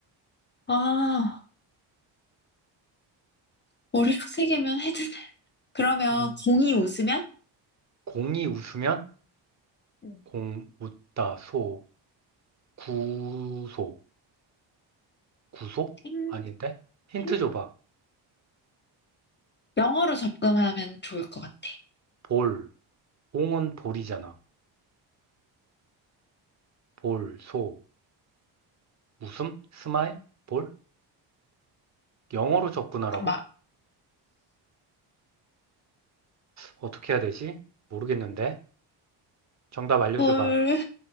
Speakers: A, on the left; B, on the right.
A: 아, 머리가 세 개면 헤드. 그러면
B: 음.
A: 공이 웃으면
B: 공이 웃으면
A: 음.
B: 공 웃다 소 구소 구소?
A: 탱,
B: 아닌데? 힌트
A: 탱.
B: 줘봐.
A: 영어로 접근하면 좋을 것 같아.
B: 볼. 공은 볼이잖아. 볼, 소, 웃음, 스마일, 볼? 영어로 접근하라고?
A: 잠깐만.
B: 어떻게 해야 되지? 모르겠는데. 정답 알려줘봐.
A: 볼,